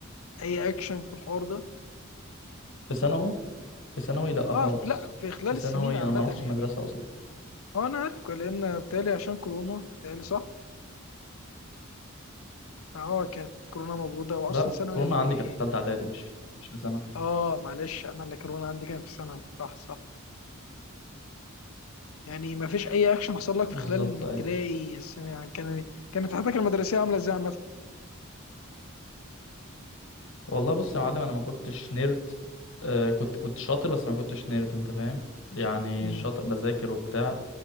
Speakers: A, on the left; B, on the left.
A: اي اكشن في الحوار ده
B: في ثانوي في ثانوي لا
A: اه
B: خالص
A: في لا في خلال
B: في
A: السنين
B: ثانوي
A: عامه
B: انا ما رحتش
A: يعني
B: مدرسة اصلا
A: هو انا عارف لان بتالي عشان كورونا بتالي صح فهو كانت كورونا موجوده واصلا
B: لا
A: ثانوي
B: كورونا
A: يعني ما
B: عندي
A: بي
B: كانت في ثالثه اعدادي مش في- مش في سنه
A: اه معلش انا اللي كورونا عندي كان في ثانوي صح صح يعني ما فيش اي اكشن حصل
B: بالظبط
A: لك في خلال الابتدائي
B: اي
A: السنه يعني كان كانت حياتك المدرسيه عامله ازاي عامه
B: والله بص يا معلم انا ما كنتش نيرد آه كنت كنت شاطر بس ما كنتش نيرد انت فاهم يعني
A: امم
B: شاطر بذاكر وبتاع